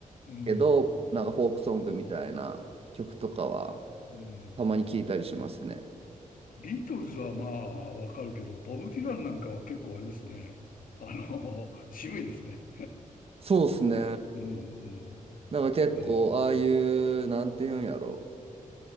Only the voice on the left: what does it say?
うん、
うん、うん。
ビートルズはまあ、わかるけど、ボブ・ディランなんかは結構あれですね。あの、<laughs> 渋いですね。
うん、うん。
ええ、